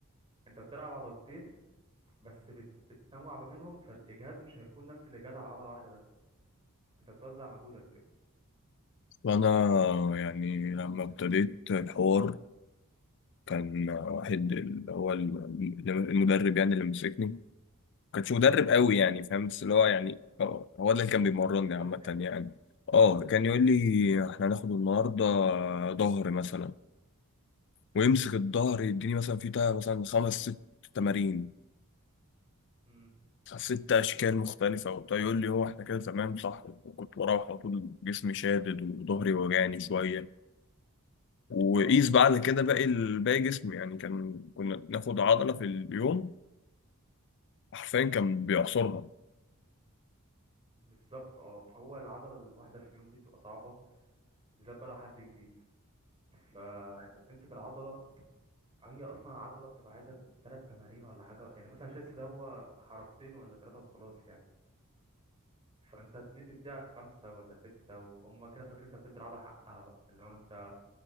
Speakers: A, on the right (about 25°); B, on the left (about 55°).
A: انت بتلعب عضلتين بس بت... بتنوع ما بينهم فالاجهاد مش هيكون نفس الاجهاد على عضله واحده بس انت بتوزع مجهودك كده
B: وانا يعني لما ابتديت الحوار كان واحد اللي هو ال- المدرب يعني اللي مسكني ما كانش مدرب قوي يعني فاهم بس اللي هو يعني آه، هو ده اللي كان بيمرني
A: صاحب الجيم
B: عامه
A: يعني
B: يعني اه كان يقول لي احنا هناخد النهارده ظهر مثلا ويمسك الظهر يديني مثلا في بتاع مثلا خمس ست تمارين
A: امم
B: ست اشكال مختلفه وبتاع يقول لي هو احنا كده تمام صح وكنت بروح على طول جسمي شادد وظهري وجعني شويه وقيس
A: اه
B: بقى على
A: هو
B: كده باقي ال- باقي جسمي يعني كان كنا ناخد عضله في اليوم حرفيا كان بيعصرها
A: بالظبط اه هو العضله الواحده اللي في اليوم دي بتبقى صعبه بالذات بقى لو حد جديد فانت بتمسك العضله هي اصلا العضله بتبقى عايزه ثلاث تمارين ولا حاجه يعني مثلا شيست ده هو حركتين ولا ثلاثه وخلاص يعني فانت ليه تديها خمسه ولا سته وهم كده فاكرين انت بتدي العضله حقها بقى اللي هو انت